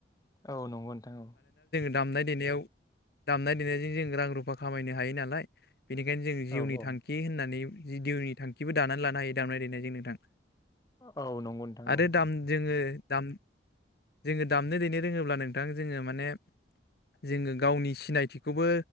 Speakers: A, on the left; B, on the left.
A: औ नंगौ नोंथां औ।
B: दामनाय-देनायाव दामनाय देनायजों जों रां रुफा खामायनो हायो नालाय बेनिखायनो जों जिउनि
A: औ
B: थांखि होननानै जि जिउनि थांखिबो दानानै लानो हायो दामनाय देनायजों नोंथां।
A: औ औ नंगौ नोंथां
B: आरो
A: औ
B: दाम जोङो दाम जोङो दामनो देनो रोङोब्ला नोंथां जोङो माने जोङो गावनि सिनायथिखौबो